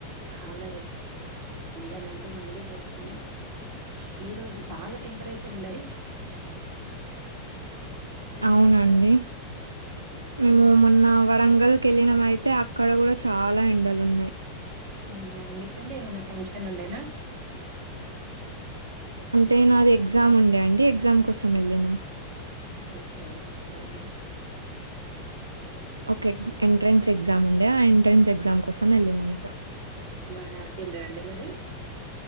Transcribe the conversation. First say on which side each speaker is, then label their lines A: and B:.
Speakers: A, on the right; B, on the right.
A: చాలా ఎ ఎండలు అంటే మండిపోతున్నాయి ఈరోజు బాగా టెంపరేచర్ ఉండయి ఏం
B: అవునండి
A: చేస్తున్నారండి
B: మేము మొన్న వరంగల్ కెళ్ళినము అయితే అక్కడ కూడా చాలా ఎండలు ఉన్నాయి.
A: అవునా ఎందుకండి ఏమైన్నా ఫంక్షన్ ఉండేనా
B: అంటే నాది ఎగ్జామ్ ఉండే అండి ఎగ్జామ్ కోసం వెళ్ళిన
A: ఓకే ఓకే అండి
B: ఓకే ఎంట్రన్స్ ఎగ్జామ్ ఉండే ఆ ఎంట్రెన్స్ ఎగ్జామ్ కోసం వెళ్ళా ఇక
A: బారాసిండ్రా అండి మరి